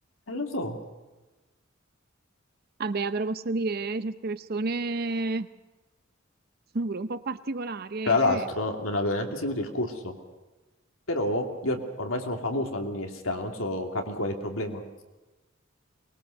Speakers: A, on the left; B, on the right.
A: E lo so.
B: Vabbè, però posso dire, certe persone... sono pure un po' particolari,
A: Tra
B: eh,
A: l'altro,
B: cioè,
A: non avevo neanche seguito il corso. Però io or- ormai sono famoso all'università, non so, capi qual è il problema.